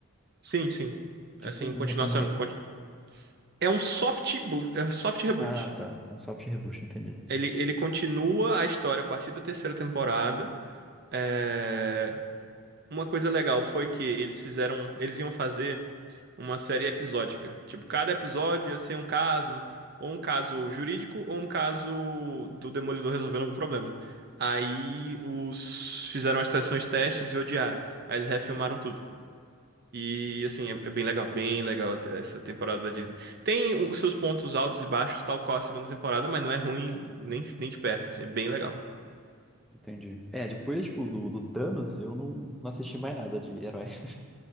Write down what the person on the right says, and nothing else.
Sim, sim.
Assim,
continuação.
conti- É um soft, bo- é um soft reboot.
Ele, ele continua a história a partir da terceira temporada. É, Uma coisa legal foi que eles fizeram. Eles iam fazer. uma série episódica. Tipo, cada episódio ia ser um caso, ou um caso jurídico, ou um caso do Demolidor resolvendo algum problema. Aí os fizeram as sessões testes e odiaram. Aí eles refilmaram tudo. E assim, é é bem legal, bem legal essa temporada da Disney. Tem os seus pontos altos e baixos, tal qual a segunda temporada, mas não é ruim nem, nem de perto, assim, é bem legal.